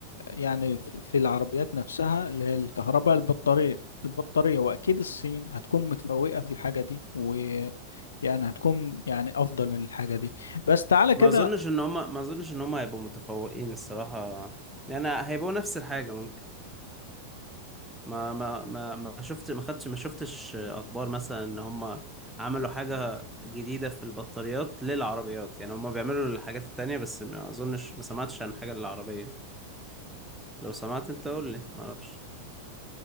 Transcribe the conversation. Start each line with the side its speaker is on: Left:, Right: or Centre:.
Left: يعني في في العربيات نفسها اللي هي الكهرباء البطاريه البطاريه واكيد الصين هتكون متفوقه في الحاجه دي و يعني هتكون يعني افضل من الحاجه دي بس تعالى كده
Centre: ما اظنش ان هم ما اظنش ان هم هيبقوا متفوقين الصراحة يعني هيبقوا نفس الحاجة ممكن ما ما ما ما شفت ما خدتش ما شفتش اخبار مثلا ان هم عملوا حاجة جديدة في البطاريات للعربيات يعني هم بيعملوا الحاجات التانية بس ما اظنش ما سمعتش عن حاجة للعربية لو سمعت انت قول لي معرفش